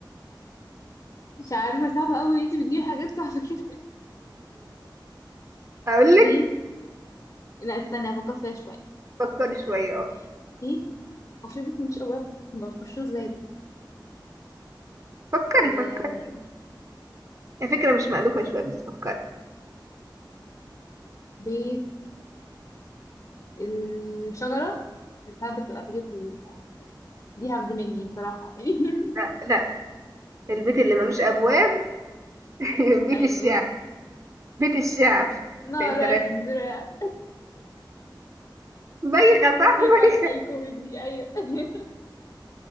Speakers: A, on the left; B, on the right.
A: مش عارفة صعبة أوي انتي بتجيبي حاجات صعبة كده <laughs>
B: <laughs> أقول لك
A: بيت لا استني أفكر فيها شوية
B: فكري شوية
A: استني
B: اه
A: بيت وفي بيت ملوش أبواب ما بتخشوش زي ده
B: فكري
A: آه،
B: فكري هي فكرة مش مألوفة شوية بس فكري
A: بيت الشجرة بتاعت بتبقى بيوت للحيوانات دي هبد مني بصراحة يعني
B: لا
A: <laughs>
B: لا البيت اللي ملوش أبواب <laughs> بيت
A: أيوة
B: الشعر
A: قولي
B: بيت الشعر
A: نار
B: انت
A: أزرق
B: رأي- بايخة
A: <laughs>
B: صح
A: تنفع
B: بايخة
A: شحال كوميدي أيوة <laughs>